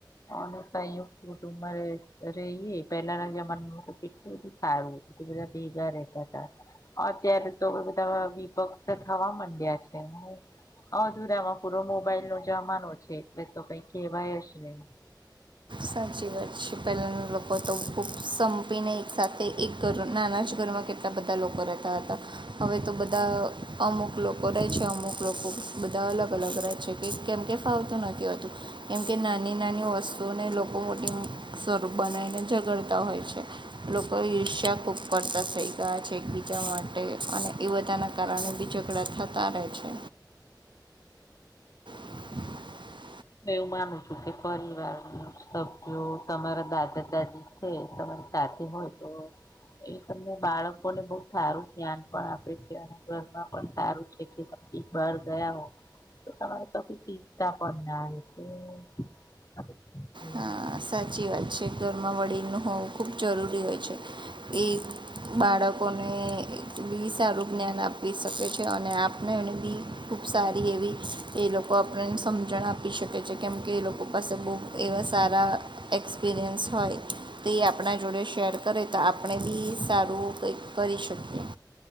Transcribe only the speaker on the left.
અને સંયુક્ત કુટુંબમાં રે રહીએ. પેલાના જમાનામાં તો કેટલું બધું સારું બધા ભેગા રહેતા તા. અત્યારે તો લવિપક્ષ થવા મંડ્યા છે. અધુરામાં પૂરો મોબાઈલનો જમાનો છે. એટલે તો કઈ કેહેવાય જ નહી. <inaudible>
<inaudible>
એવું માનું છું કે પરિવાર ન સભ્યો તમારા દાદા દાદી છે તમા સાથે હોય તો એ તમને બાળકોને બહું સારું જ્ઞાન પણ આપે છે અને ઘરમાં પણ સારું છે કે કઈક બાર ગયા હો તો તમારે ત્યાંથી શીખતા પણ ના રીતે <unintelligible>